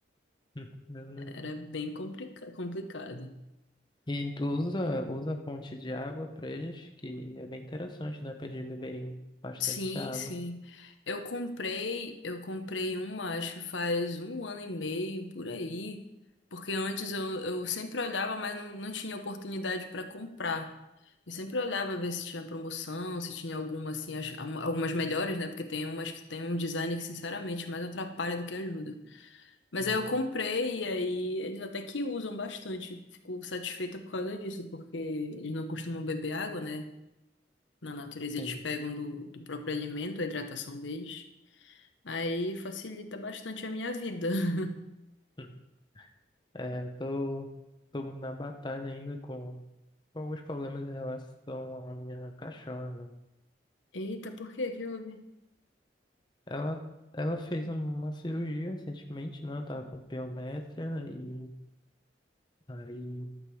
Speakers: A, on the left (about 25°); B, on the left (about 85°).
A: <laughs>
B: Era bem complica- complicado.
A: E tu usa, usa a fonte de água para eles, que é bem interessante, né? Para eles beberem bastante
B: Sim,
A: água.
B: sim. Eu comprei, eu comprei uma, acho que faz um ano e meio por aí, porque antes eu, eu sempre olhava, mas não, não tinha oportunidade para comprar. Eu sempre olhava ver se tinha promoção, se tinha alguma assim, as- al- algumas melhores, né? Porque tem umas que tem um design que, sinceramente, mais atrapalha do que ajuda. Mas
A: Hum,
B: aí eu comprei e aí eles até que usam bastante. Fico satisfeita por causa disso, porque eles não costumam beber água, né? na natureza eles
A: Sim.
B: pegam do, do próprio alimento, a hidratação deles. Aí facilita bastante a minha vida. <laughs>
A: Hum. É, eu tô, tô na batalha ainda com, com alguns problemas em relação à minha cachorra, né?
B: Eita, por que que houve?
A: Ela, ela fez uma cirurgia recentemente, né? Ela tava com piométria e aí,